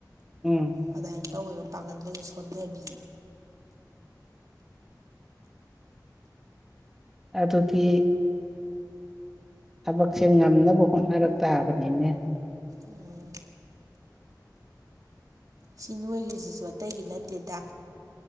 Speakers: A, in the centre; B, on the right.
A: ꯎꯝ
B: ꯑꯗꯨꯃꯥꯏ ꯇꯧꯋꯦꯕ ꯄꯥꯡꯒꯜꯗꯁꯨ ꯁꯣꯟꯊꯕꯤ
A: ꯑꯇꯣꯇ ꯊꯕꯛꯁꯦ ꯉꯝꯅꯕ ꯍꯣꯠꯅꯔꯛ ꯇꯥꯕꯅꯤꯅꯦ
B: ꯑꯣ ꯁꯤ ꯅꯣꯏꯈ꯭ꯔꯤꯁꯤꯁꯨ ꯑꯇꯩꯒꯤ ꯅꯠꯇꯦꯗ